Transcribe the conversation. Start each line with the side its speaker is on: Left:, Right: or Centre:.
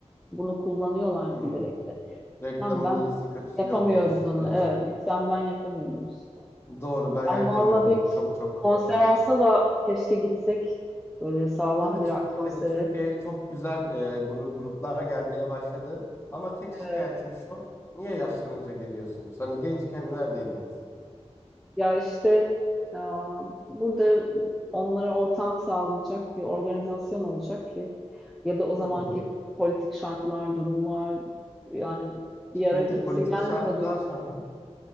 Centre: Bunu kullanıyorlar
Left: Hmm.
Centre: bilerek de.
Left: Reklamın
Centre: Sen ben
Left: iyisi kötüsü
Centre: yapamıyoruz
Left: yoktur
Centre: onu.
Left: diyorsun.
Centre: Evet, biz sen ben yapamıyoruz.
Left: Doğru ben
Centre: Ay
Left: yapamıyorum.
Centre: valla bir
Left: Çok çok
Centre: konser
Left: doğru.
Centre: olsa da keşke gitsek. Böyle sağlam
Left: Değil mi?
Centre: bir
Left: Türkiye'de
Centre: rock konseri.
Left: Türkiye'ye çok güzel e, gru- gruplar gelmeye başladı. Ama tek
Centre: Evet.
Left: şikayetim şu. Niye yaşlanınca geliyorsunuz? Hani gençken neredeydiniz?
Centre: Ya işte aa, burada onlara ortam sağlayacak bir organizasyon olacak ki ya da o zamanki
Left: Hı hı.
Centre: politik şartlar, durumlar yani bir
Left: Şimdi
Centre: ara kimse
Left: politik
Centre: gelmiyordu
Left: şartlar
Centre: yani.
Left: hı hı.